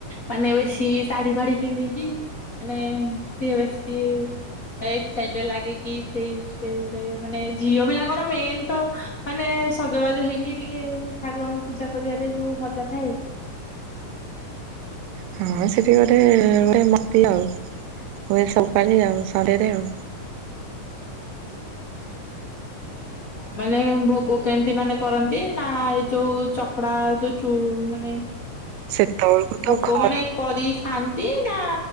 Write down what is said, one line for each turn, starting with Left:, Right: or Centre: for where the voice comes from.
Left: ମାନେ ବେଶୀ ଶାଢୀ ଫାଢୀ ପିନ୍ଧିକି ମାନେ <unintelligible> ଏ ଏକ୍ସାଇଟେଡ ଲାଗେ କି ସେଇ ସେ ଗୋଟେ ମାନେ ଝିଅ ପିଲାଙ୍କର ମେନ ତ ମାନେ ସଜବାଜ ହେଇକି ଟିକେ ଠାକୁରଙ୍କୁ ପୂଜା କରିବା। ଯୋଉଁ ମଜା ଥାଏ।
Right: ହଁ ସେଠି ଗୋଟେ ହୁଏ ମତି ଆଉ ହୁଏ ସବପାଳି ଆଉ ସନ୍ଧ୍ୟା ରେ ଆଉ
Left: ମାନେ ଭୋଗ କେମିତି ମାନେ କରନ୍ତି ନା ଏଇ ଯୋଉଁ ଚକଡା ଯୋଉଁ ମାନେ
Right: ସେତେବେଳକୁ ତ
Left: ଭୋଗ
Right: ଖଇ
Left: ମାନେ କରି ସା ନା